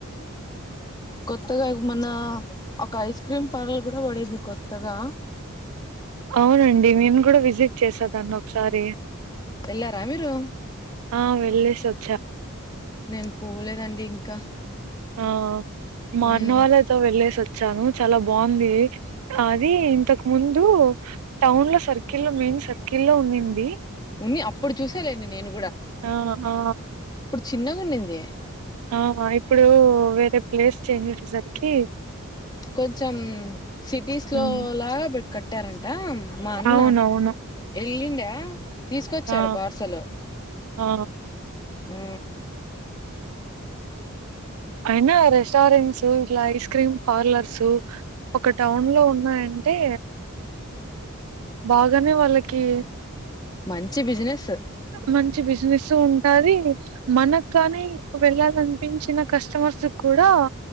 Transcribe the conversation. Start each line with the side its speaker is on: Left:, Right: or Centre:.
Left: కొత్తగా మొన్న ఒక ఐస్ క్రీమ్ పార్లర్ కూడా పడింది కొత్తగా.
Right: అవునండి నేను కూడా విజిట్ చేసదాన్ని ఒకసారి.
Left: ఎల్లారా మీరు.
Right: ఆహ్ వెళ్ళసి వచ్చా.
Left: నేను పోలేదండి ఇంకా.
Right: ఆహ్ మా
Left: మ్మ్
Right: అన్న వాళ్ళతో వెళ్ళలేసి వచ్. వచ్చాను చాలా బాగుంది అది ఇంతకు ముందు టౌన్ లో సర్కిల్ లో మెయిన్. సర్కిల్ లో ఉండింది.
Left: ఉన్ని అప్పుడు చూసాలేండి నేను.
Right: ఆహ్ ఆహ.
Left: చిన్నగుండింది.
Right: ఆహ్ ఇప్పుడు వేరే ప్లేస్ చేంజేసెసరికి.
Left: కొంచం సిటీస్
Right: హ్మ్
Left: లో లాగా కట్టారంట మా అన్న
Right: అవునవును.
Left: ఎల్లిండ తీసుకొచ్చాడు
Right: ఆ!
Left: పార్సల్లు
Right: ఆ
Left: ఉ
Right: విన్న రెస్టారెంట్స్ ఇట్లా ఐస్ క్రీమ్ పార్లర్స్. సో ఒక టౌన్ లో ఉన్నాయంటే. బాగానే వాళ్ళకి.
Left: మంచి బిజినెస్.
Right: మంచి బిజినెసు ఉంటాది మనకు కానీ వెళ్ళాలనిపించిన కస్టమర్స్ కూడా